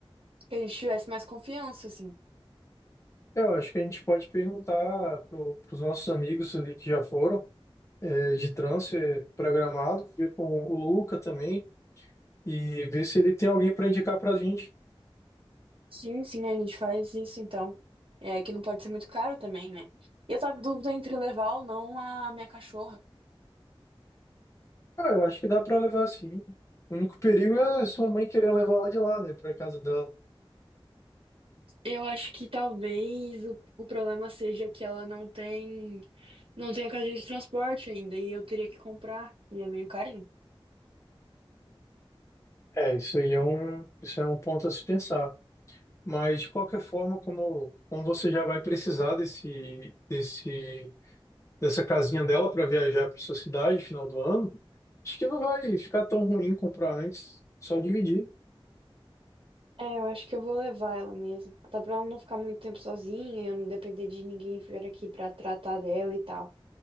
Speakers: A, on the right; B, on the left.
A: que a gente tivesse mais confiança, assim.
B: Eu acho que a gente pode perguntar para os nossos amigos ali que já foram é, de transfer para Gramado, ver com o Luca também e ver se ele tem alguém para indicar para a gente.
A: Sim, sim, a gente faz isso então. É que não pode ser muito caro também, né? E Eu tava em dúvida entre levar ou não a minha cachorra.
B: Ah, eu acho que dá para levar sim. O único perigo é sua mãe querer levar ela de lá, né, para casa dela.
A: Eu acho que talvez o, o problema seja que ela não tem, não tem a cadeia de transporte ainda, e eu teria que comprar, e é meio carinho.
B: É, isso aí é um, isso é um ponto a se pensar. Mas de qualquer forma, como, como você já vai precisar desse, desse, dessa casinha dela para viajar para sua cidade final do ano, acho que não vai ficar tão ruim comprar antes, só dividir.
A: É, eu acho que eu vou levar ela mesmo. Até pra ela não ficar muito tempo sozinha, eu não depender de ninguém vir aqui pra tratar dela e tal.